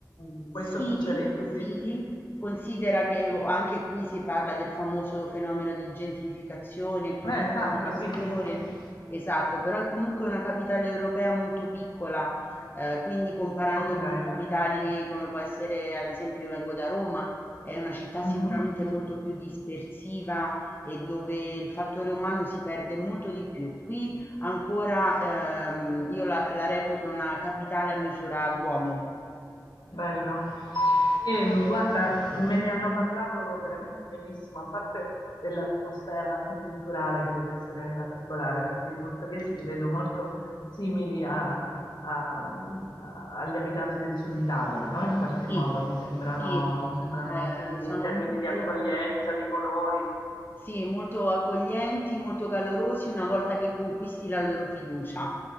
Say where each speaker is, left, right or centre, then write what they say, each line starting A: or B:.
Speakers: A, on the left; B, on the left.
A: um, questo
B: Sì,
A: succede in tutti.
B: sì, considera che o anche qui si parla del famoso fenomeno di gentrificazione, turistificazione,
A: Eh, esatto, sì, sì, sì.
B: esatto, però è comunque una capitale europea molto piccola, eh, quindi comparando
A: Ok.
B: con capitali come può essere, ad esempio, io vengo da Roma, è una città sicuramente
A: Mhm.
B: molto più dispersiva e dove il fattore umano si perde molto di più. Qui ancora, ehm, io la la reputo una capitale a misura d'uomo.
A: Che Bello. E, mh, guarda, me ne hanno parlato veramente benissimo, a parte dell'atmosfera anche culturale che deve essere particolare, perché i portoghesi li vedo molto simili a- a- mh, a- agli abitanti del sud Italia, no? In qualche
B: Sì,
A: modo mi sembrano,
B: sì,
A: mi sembrano
B: ehm,
A: simili
B: sono
A: in termini
B: molto
A: di accoglienza, di colori.
B: sì, molto accoglienti, molto calorosi una volta che conquisti la loro fiducia.